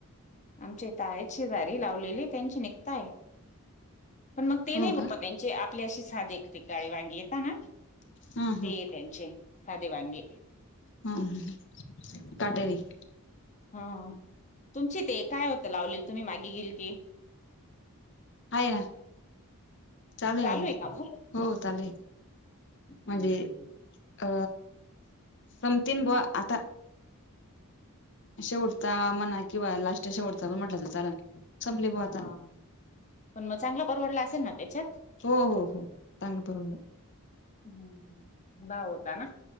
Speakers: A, on the left; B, on the left.
A: आमच्या इथ आहेत शेजारी लावलेली आहे त्यांची निघताय. पण मग ते
B: हो
A: नाही बुवा
B: का
A: त्यांचे आपली अशी साधी काळी वांगी येेता ना?
B: हा हा
A: तेय त्यांचे साधे वांगी.
B: हम्म ह. काटेरी.
A: हा. तुमची ते काय होतं लावलेल तुम्ही मागे गेल की
B: हाय ना. चालू हाय अजून
A: आहे का मग
B: हो चाले
A: हम्म
B: म्हणजे अ समथिन बुवा आता. शेवटता म्हणा किंवा लास्ट शेवटचा पण म्हटलं तर चालल संपली बुवा आता.
A: हा. पण मग चांगलं परवडला असेल ना त्याच्यात?
B: हो हो हो चांगलं परवडलं
A: हम्म हम्म. भाव होता ना?